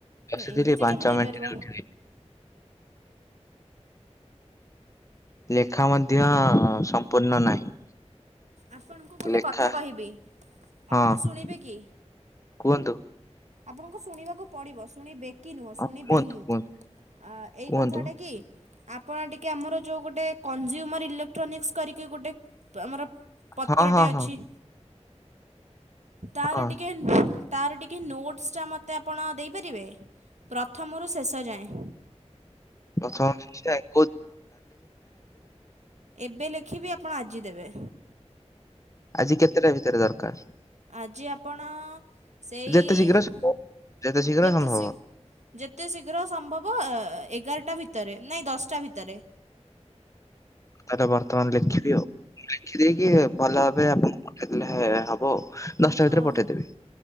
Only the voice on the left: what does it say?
ବସିଥିଲି
ପାଞ୍ଚ
ମିନିଟରେ ଉଠିଲି। ଲେଖା ମଧ୍ୟ ସମ୍ପୂର୍ଣ୍ଣ ନାହିଁ।
ଲେଖା
ହଁ
କୁହନ୍ତୁ।
ହଁ
କୁହନ୍ତୁ
କୁହନ୍ତୁ
କୁହନ୍ତୁ
ହଁ ହଁ
ହଁ
ହଁ
ପ୍ରଥମରୁ ଶେଷଯାଏ?
ଆଜି କେତେଟା ଭିତରେ ଦରକାର?
ଯେତେ ଶୀଘ୍ର ସମ୍ଭବ। ଶୀଘ୍ର
ସମ୍ଭବ
ତାହେଲେ ବର୍ତ୍ତମାନ ଲେଖିବି ଆଉ। ଲେଖିଦେଇକି ଭଲ ଭାବେ ଆପଣଙ୍କୁ ପଠେଇଦେଲେ ହେ ହବ ଆଉ। ଦଶଟା
ଭିତରେ ପଠେଇଦେବି।